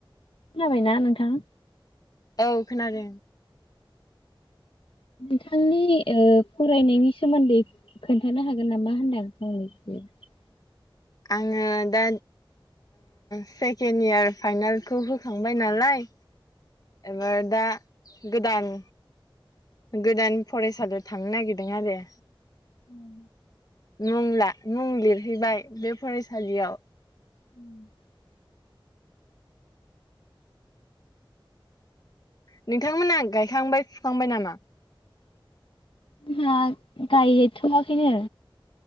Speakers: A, on the left (about 75°); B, on the left (about 45°).
A: खोनाबायना नोंथां?
B: औ खोनादों।
A: नोंथांनि फरायनायनि सोमोन्दै खोन्थानो हागोन नामा होननाय? <inaudible>
B: आङो दा सेकेण्ड यार फाइनालखौ होखांबाय नालाय एबार दा गोदान गोदान फरायसालियाव थांनो नागिरदों आरो
A: औ
B: मुं मुं लिरहैबाय बे फरायसालियाव
A: <inaudible>
B: नोंथांमोना गायखांबाय फुखांबाय नामा?
A: हा गायथ'वाखैनो।